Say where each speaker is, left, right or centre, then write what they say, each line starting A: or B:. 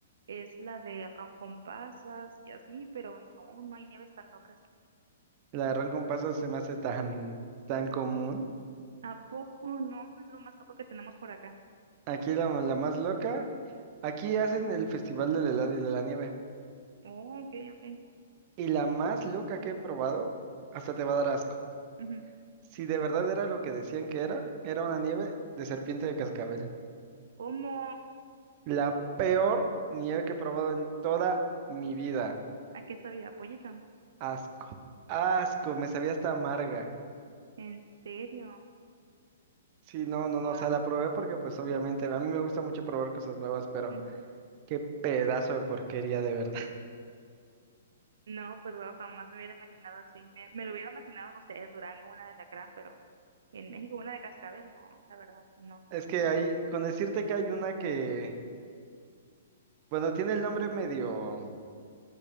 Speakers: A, on the right; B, on the right.
A: es la de ron con pasas y así, pero no, no hay nieves tan locas.
B: La de ron con pasas se me hace tan, tan común.
A: ¿A poco no? Es lo más loco que tenemos por acá.
B: Aquí la, la más loca, aquí hacen el festival del helado y de la nieve.
A: Oh, ok, ok.
B: Y la más loca que he probado, hasta te va a dar asco.
A: Ujú.
B: Si de verdad era lo que decían que era, era una nieve de serpiente de cascabel.
A: ¿Cómo?
B: La peor nieve que he probado en toda mi vida.
A: ¿A qué sabía? ¿Pollito?
B: Asco. Asco, me sabía hasta amarga.
A: ¿En serio?
B: Sí, no, no,
A: Guau.
B: no, o sea, la probé porque pues obviamente a mí me gusta mucho probar cosas nuevas, pero
A: Ujú.
B: qué pedazo de porquería de verdad. <laughs>
A: No, pues wow, jamás me hubiera imaginado así. Me, me lo hubiera imaginado, no sé, Durango, una de la gran, pero en México una de cascabel, no, la verdad, no.
B: Es que hay, con decirte que hay una que, bueno, tiene el nombre medio,